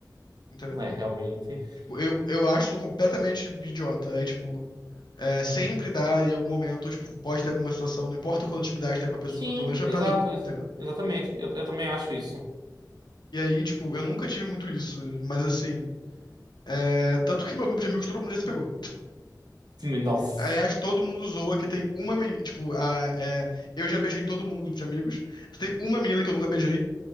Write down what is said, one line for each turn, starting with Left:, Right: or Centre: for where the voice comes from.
Left: Entendeu?
Right: É, realmente.
Left: Tipo, eu, eu acho isso completamente idiota. Aí, tipo, é, sempre dá em algum momento, tipo, pode ter alguma situação, não importa quanta intimidade tem com a pessoa.
Right: Sim,
Left: Pelo menos
Right: exato,
Left: pra mim,
Right: exa-
Left: entendeu?
Right: exatamente. Eu, eu também acho isso.
Left: E aí, tipo, eu nunca tive muito isso, mas assim. é, tanto que meu grupo de amigos, todo mundo já se pegou.
Right: Nossa.
Left: Aliás, todo mundo zoa que tem uma menina. Tipo, a, é, eu já beijei todo mundo no grupo de amigos. Tem uma menina que eu nunca beijei.